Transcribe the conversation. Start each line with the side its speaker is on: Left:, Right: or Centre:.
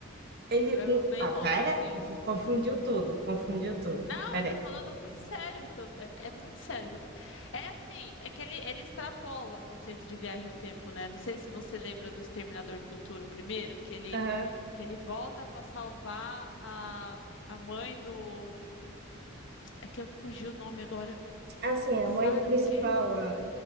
Right: Ele.
Left: é
Right: não-
Left: bem
Right: Ah,
Left: louco
Right: pera.
Left: assim.
Right: Confundiu tudo, confundiu tudo.
Left: Não,
Right: Pera
Left: eu tô
Right: aí.
Left: falando muito sério. que eu- É é muito sério. que eu tô- É assim, é que ele, ele extrapola o conceito de viagem no tempo, né? Não sei se você lembra do Exterminador do Futuro o primeiro, que ele,
Right: Aham.
Left: que ele volta pra salvar a, a mãe do. É que eu fugi o nome agora.
Right: Assim,
Left: É
Right: a
Left: Sarah
Right: mãe do principal
Left: o quê?
Right: lá.